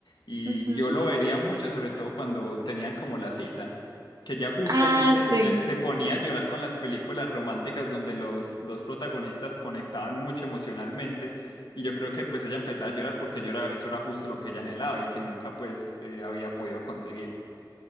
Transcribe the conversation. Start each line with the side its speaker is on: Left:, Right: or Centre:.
Left: Y
Right: Ujú.
Left: yo lo vería mucho, sobre todo cuando tenían como la cita, que ya justamente
Right: Ah, sí.
Left: le- se ponía a llorar con las películas románticas donde los dos protagonistas conectaban mucho emocionalmente y yo creo que pues ella empezaba a llorar porque yo era, eso era justo lo que ella anhelaba y que nunca pues eh, había podido conseguir.